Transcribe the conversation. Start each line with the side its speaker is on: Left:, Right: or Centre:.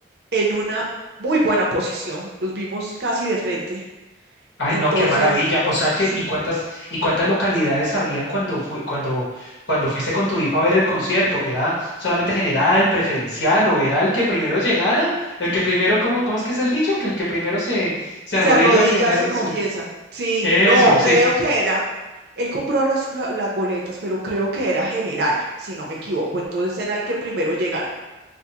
Right: en una muy buena posición, los vimos casi de frente.
Left: Ay,
Right: Entonces,
Left: no, qué maravilla. O sea que,
Right: sí,
Left: ¿y cuántas, y cuántas localidades habían cuando fue, cuando, cuando fuiste con tu hijo a ver el concierto? ¿Era solamente general, preferencial, o era el que primero llegara? El que primero, ¿cómo, cómo es que es el dicho? Que el que primero se, se
Right: se
Left: arrodilla
Right: arrodilla,
Left: primero.
Right: se confiesa.
Left: se-
Right: Sí,
Left: Eso,
Right: no, creo
Left: sí, fu-
Right: que era, él compró los- lo- las boletas, pero creo que era general, si no me equivoco. Entonces era el que primero llegara.